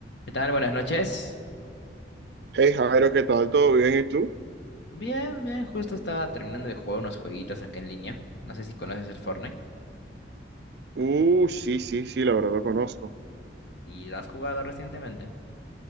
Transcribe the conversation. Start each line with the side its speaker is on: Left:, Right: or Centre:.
Left: ¿Qué tal? Buenas noches.
Right: Hey Jairo, ¿qué tal? ¿Todo bien? ¿Y tú?
Left: Bien, bien, justo estaba terminando de jugar unos jueguitos acá en línea. No sé si conoces el Fortnite.
Right: Uh, sí, sí, sí, la verdad lo conozco.
Left: ¿Y lo has jugado recientemente?